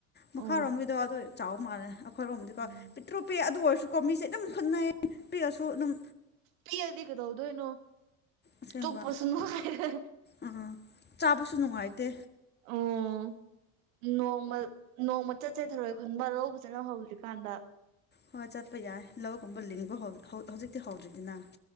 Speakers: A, on the left; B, on the right.
A: ꯃꯈꯥꯔꯣꯝꯒꯤꯗꯣ
B: ꯑꯣ
A: ꯑꯗꯨ ꯆꯥꯎꯕ ꯃꯥꯜꯂꯦ ꯑꯩꯈꯣꯏꯔꯣꯝꯗꯤꯀꯣ
B: ꯎꯝ
A: ꯄꯤꯇ꯭ꯔꯨ ꯄꯤ ꯑꯗꯨ ꯑꯣꯏꯔꯁꯨꯀꯣ ꯃꯤꯁꯦ ꯑꯗꯨꯝ ꯈꯨꯠꯅꯩꯌꯦ ꯄꯤꯑꯁꯨ ꯑꯗꯨꯝ
B: ꯄꯤꯑꯗꯤ ꯀꯩꯗꯧꯗꯣꯏꯅꯣ
A: ꯑꯁꯦꯡꯕ
B: ꯇꯨꯞꯄꯁꯨ ꯅꯣꯏꯔꯦ
A: ꯑꯥ ꯆꯥꯕꯁꯨ ꯅꯨꯡꯉꯥꯏꯇꯦ
B: ꯑꯣ ꯅꯣꯡꯃ ꯅꯣꯡꯃ ꯆꯠꯁꯦ ꯊꯧꯔꯣꯏ ꯈꯨꯟꯕ ꯂꯧꯎꯕꯤ ꯐꯖꯅ ꯍꯧꯗ꯭ꯔꯤꯀꯥꯟꯗ
A: ꯍꯣꯏ ꯆꯠꯄ ꯌꯥꯏ ꯂꯧꯒꯨꯝꯕ ꯂꯤꯡꯕ ꯍꯧꯗ꯭ꯔꯤ ꯍꯧꯖꯤꯛꯇꯤ ꯍꯧꯗ꯭ꯔꯤꯗꯅ